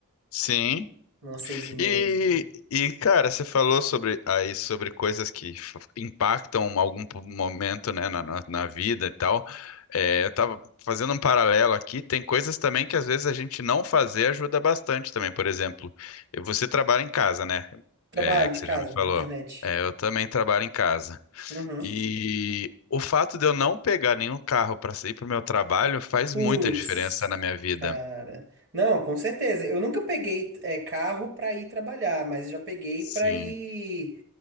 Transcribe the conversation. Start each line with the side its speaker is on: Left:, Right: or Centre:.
Left: Sim.
Right: Umas seis e meia,
Left: E,
Right: entendeu?
Left: e, cara, você falou sobre aí sobre coisas que f- impactam algum p- momento, né, na, na, na vida e tal. É, eu tava fazendo um paralelo aqui. Tem coisas também que às vezes a gente não fazer ajuda bastante também. Por exemplo, você trabalha em casa, né?
Right: Trabalho
Left: É, que
Right: de
Left: você
Right: casa,
Left: já me falou.
Right: na internet.
Left: É, eu também trabalho em casa.
Right: Uhum.
Left: E o fato de eu não pegar nenhum carro para sair para o meu trabalho faz
Right: Putz,
Left: muita diferença na minha vida.
Right: cara. Não, com certeza. Eu nunca peguei é, carro pra ir trabalhar, mas já peguei
Left: Sim.
Right: pra ir